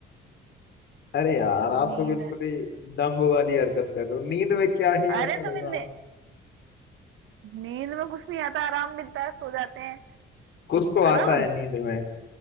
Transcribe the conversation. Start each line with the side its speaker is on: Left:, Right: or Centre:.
Left: अरे यार आप
Right: नींद
Left: तो बिल्कुल ही डम्ब वाली हरकत कर रहे हो नींद में क्या ही
Right: अरे
Left: आता होगा
Right: तुम्हें ने, नींद में कुछ नहीं आता आराम मिलता है सो जाते हैं
Left: कुछ तो आता
Right: आराम
Left: है नींद में